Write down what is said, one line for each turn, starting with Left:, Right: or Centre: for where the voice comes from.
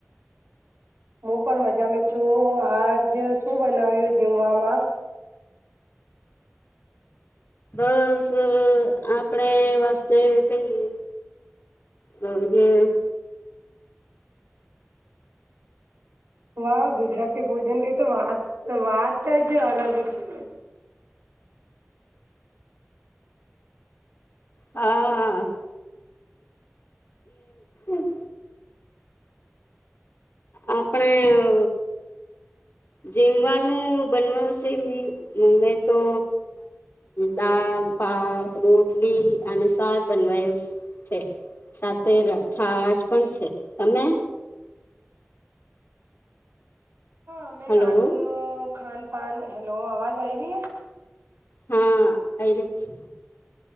Right: હું પણ મજામાં છું, આજ શું બનાવ્યું જમવામાં?
Left: બસ અ આપડે વાસ્તે કઈએ <unintelligible>
Right: વા ગુજરાતી ભોજન ની તો વાત વાત જ અલગ છે.
Left: હા <unintelligible> આપણે અ જીમવાનું બનવશેવિ મે તો દાલ ભાત રોટલી અને સાક બનવાયું છે, સાથે છા પણ છે તમને
Right: અમે
Left: હલો
Right: આડુનો ખાન પાન હેલો, અવાજ આય રય હે?
Left: હા આયરિ છે.